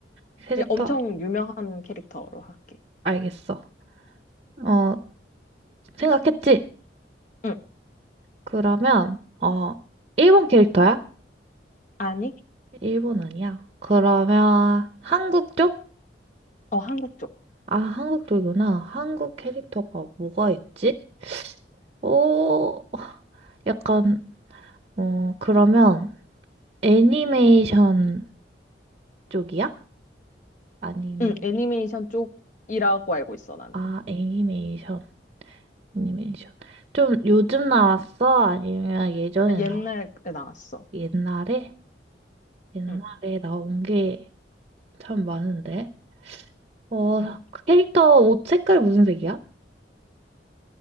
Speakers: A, on the right; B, on the left.
A: 캐릭터,
B: 그냥 엄청 유명한 캐릭터로 할게.
A: 알겠어. 어, 생각했지?
B: 응,
A: 그러면, 어, 일본 캐릭터야?
B: 아니?
A: 일본 아니야. 그러면, 한국 쪽?
B: 어, 한국 쪽.
A: 아, 한국 쪽이구나. 한국 캐릭터가 뭐가 있지? 오, 약간, 어, 그러면, 애니메이션 쪽이야? 아니면,
B: 응, 애니메이션 쪽이라고 알고 있어, 나는.
A: 아, 애니메이션, 애니메이션. 좀 요즘 나왔어? 아니면 예전에
B: 아, 옛날에
A: 나왔어?
B: 나왔어.
A: 옛날에? 옛날에
B: 응,
A: 나온 게 참 많은데. 어,
B: 응.
A: 그 캐릭터 옷 색깔 무슨 색이야?